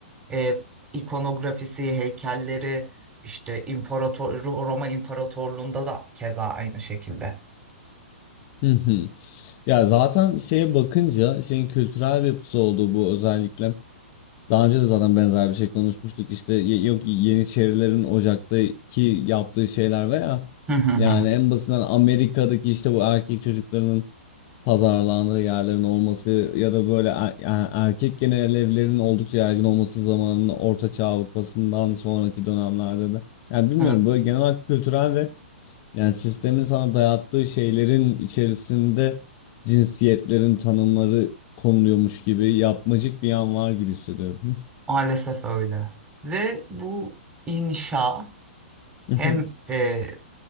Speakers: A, on the right; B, on the left.
A: e, ikonografisi, heykelleri işte imparator Ro- Roma İmparatorluğu'nda da keza aynı şekilde.
B: Hı hı. Ya zaten şeye bakınca şeyin kültürel bir yapısı olduğu bu özellikle daha önce de zaten benzer bir şey konuşmuştuk işte ye- yok Yeniçerilerin Ocak'taki yaptığı şeyler veya
A: Hı hı hı.
B: yani en basitinden Amerika'daki işte bu erkek çocuklarının pazarlandığı yerlerin olması ya da böyle er- yani erkek genel evlerinin oldukça yaygın olması zamanının Orta Çağ Avrupa'sından sonraki dönemlerde de yani bilmiyorum
A: Evet,
B: böyle genel olarak kültürel ve yani sistemin sana dayattığı şeylerin içerisinde cinsiyetlerin tanımları konuluyormuş gibi yapmacık bir yan var gibi hissediyorum.
A: maalesef öyle. Ve bu inşa
B: <laughs>
A: hem e,